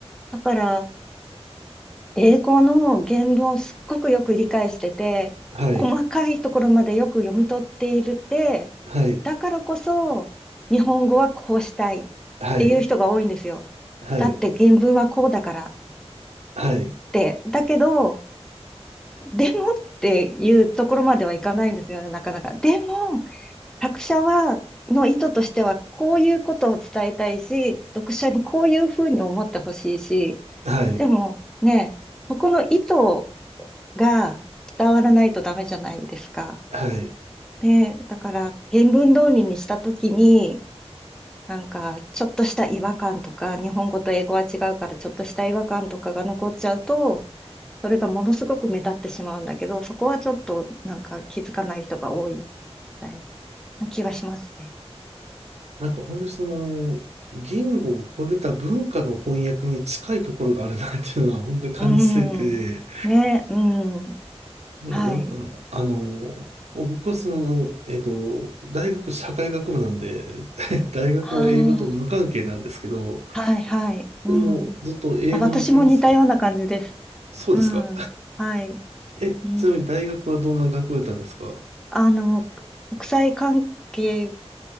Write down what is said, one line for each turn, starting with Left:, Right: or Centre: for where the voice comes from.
Centre: だから、英語の原文をすっごくよく理解してて、
Right: はい。
Centre: 細かいところまでよく読み取っているって、
Right: はい。
Centre: だからこそ、日本語はこうしたいっ
Right: はい。
Centre: ていう人が多いんですよ。
Right: はい。
Centre: だって原文はこうだからっ
Right: はい。
Centre: て。だけど、でもっていうところまではいかないんですよね、なかなか。でも、作者は、の意図としては、こういうことを伝えたいし、読者にこういうふうに思ってほしいし、
Right: はい。
Centre: でもね、そこの意図が伝わらないとダメじゃないですか。
Right: はい。
Centre: で、だから、原文通りにしたときに、なんか、ちょっとした違和感とか、日本語と英語は違うから、ちょっとした違和感とかが残っちゃうと、それがものすごく目立ってしまうんだけど、そこはちょっと、なんか気づかない人が多いみたいな気がしますね。
Right: なんか本当にその、言語を超えた文化の翻訳に近いところがあるなっていうのは本当に感じていて、
Centre: うん。ね、うん。
Right: だからなんか、
Centre: はい。
Right: あの、もう僕はその、えっと、大学社会学部なんで、<laughs> 大学も英語と無関係なんですけど、
Centre: ああ、はい、はい。うん。
Right: でも、ずっと英語の先生。
Centre: あ、私も似たような感じです。
Right: そうですか。
Centre: うん。はい。
Right: え、
Centre: うん。
Right: ちなみに大学はどんな学部だったんですか
Centre: あの、国際関係っ